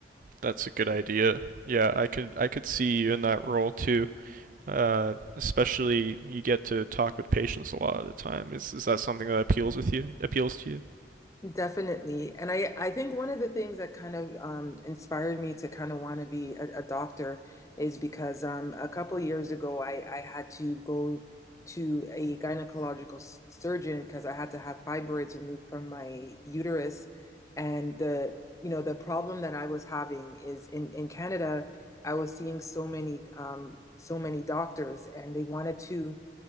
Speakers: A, on the right (about 50°); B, on the left (about 20°).
A: That's a good idea. Yeah, I could I could see you in that role too. Uh, especially you get to talk with patients a lot of the time. Is is that something that appeals with you? Appeals to you?
B: Definitely. And I, I think one of the things that kind of um, inspired me to kind of want to be a, a doctor is because um, a couple of years ago, I, I had to go to a gynecological s- surgeon because I had to have fibroids removed from my uterus. And the, you know, the problem that I was having is in, in Canada, I was seeing so many, um, so many doctors and they wanted to